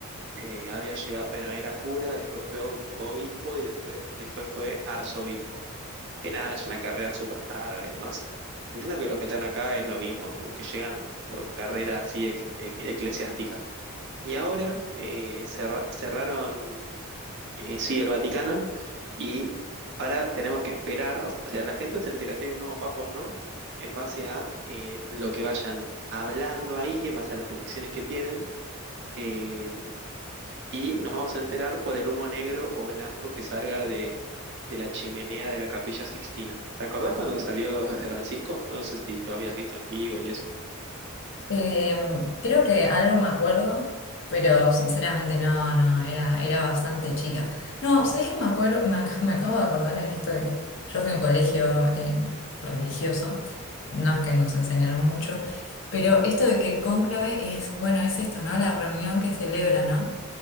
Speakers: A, on the right; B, on the left.
A: eh, había llegado, bueno, era cura, después fue, fue obispo y después, después fue arzobispo. Que nada, es una carrera súper larga y demás. Entiendo que los que están acá es lo mismo, como que llegan por carrera así equi- equi- eclesiástica. Y ahora eh, cerra- cerraron, eh, sí, el Vaticano y ahora tenemos que esperar, o o sea, la gente se entera si hay un nuevo papa o no, en base a eh, lo que vayan hablando ahí, en base a las elecciones que tienen, eh, y nos vamos a enterar por el humo negro o blanco que salga de, de la chimenea de la Capilla Sixtina. ¿Te acordás cuando salió <laughs> Francisco? No sé si lo habías visto en vivo y eso.
B: Eh, creo que algo me acuerdo, pero sinceramente no, no, era, era bastante chica. No, ¿sabés qué me acuerdo? Me, ac- <laughs> me acabo de acordar en esto de que yo fui a un colegio eh, religioso, no es que nos enseñaron mucho, pero esto de que el cónclave es, bueno, es esto, ¿no? La reunión que celebra, ¿no?